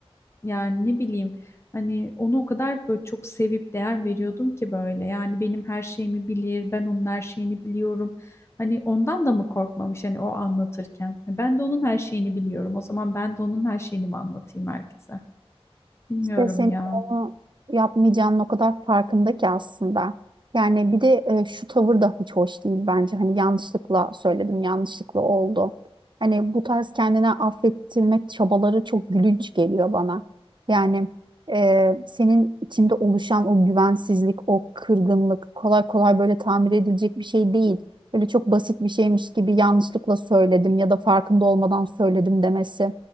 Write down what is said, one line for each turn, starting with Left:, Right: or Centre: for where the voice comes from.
Left: Yani ne bileyim hani onu o kadar böyle çok sevip değer veriyordum ki böyle. Yani benim her şeyimi bilir, ben onun her şeyini biliyorum. Hani ondan da mı korkmamış hani o anlatırken? E, Ben de onun her şeyini biliyorum. O zaman ben de onun her şeyini mi anlatayım herkese? Bilmiyorum
Right: İşte senin
Left: ya.
Right: onu yapmayacağının o kadar farkında ki aslında. Yani bir de e, şu tavır da hiç hoş değil bence. Hani yanlışlıkla söyledim, yanlışlıkla oldu. Hani bu tarz kendine affettirmek çabaları çok gülünç geliyor bana. Yani e, senin içinde oluşan o güvensizlik, o kırgınlık kolay kolay böyle tamir edilecek bir şey değil. Böyle çok basit bir şeymiş gibi yanlışlıkla söyledim ya da farkında olmadan söyledim demesi.